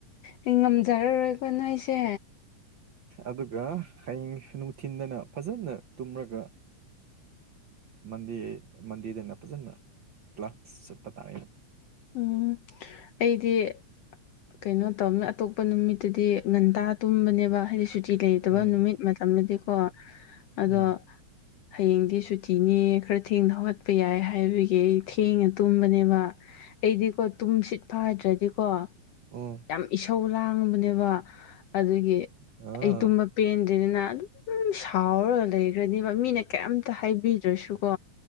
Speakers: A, on the left; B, on the right.
A: ꯑꯩ ꯉꯝꯖꯔꯔꯣꯏꯀꯣ ꯅꯣꯏꯁꯦ
B: ꯑꯗꯨꯒ ꯍꯌꯦꯡ ꯅꯨꯡꯊꯤꯤꯟꯗꯅ ꯐꯖꯅ ꯇꯨꯝꯔꯒ ꯃꯟꯗꯦ ꯃꯟꯗꯦꯗꯅ ꯐꯖꯅ ꯀ꯭ꯂꯥꯁ ꯆꯠꯄ ꯇꯥꯔꯦ
A: ꯎꯝ ꯑꯩꯗꯤ ꯀꯩꯅꯣ ꯇꯧꯃꯦ ꯑꯇꯣꯞꯄ ꯅꯨꯃꯤꯠꯇꯗꯤ ꯉꯒꯟꯇꯥ ꯇꯨꯝꯕꯅꯦꯕ ꯍꯥꯏꯗꯤ ꯁꯨꯇꯤ ꯂꯩ ꯐꯠꯇꯕ
B: ꯎꯝ
A: ꯅꯨꯃꯤꯠ ꯃꯇꯝꯗꯗꯤꯀꯣ ꯑꯗꯣ
B: ꯎꯝ
A: ꯍꯌꯦꯡꯗꯤ ꯁꯨꯇꯤꯅꯦ ꯈꯔ ꯊꯦꯡꯅ ꯍꯧꯒꯠꯄ ꯌꯥꯏ ꯍꯥꯏꯕꯒꯤ ꯑꯩ ꯊꯦꯡꯅ ꯇꯨꯝꯕꯅꯦꯕ ꯑꯩꯗꯤꯀꯣ ꯇꯨꯝ ꯁꯤꯠ ꯐꯗ꯭ꯔꯗꯤꯀꯣ
B: ꯑꯣ
A: ꯌꯥꯝ ꯏꯁꯧ ꯂꯥꯡꯕꯅꯦꯕ ꯑꯗꯨꯒꯤ
B: ꯑꯥ
A: ꯑꯩ ꯇꯨꯝꯕ ꯄꯦꯟꯗꯦꯗꯅ ꯑꯗꯨꯝ ꯁꯥꯎꯔꯒ ꯂꯩꯈ꯭ꯔꯅꯦꯕ ꯃꯤꯅ ꯀꯔꯤꯝꯇ ꯍꯥꯏꯕꯤꯗ꯭ꯔꯁꯨꯀꯣ